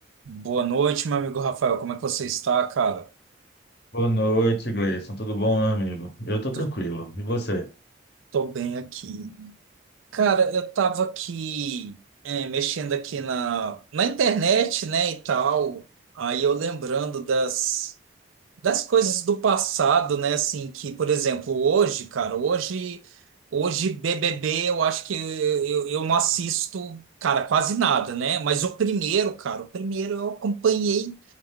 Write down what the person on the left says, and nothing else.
Boa noite, Gleison. Tudo bom, meu amigo? Eu tô
tranquilo. E você?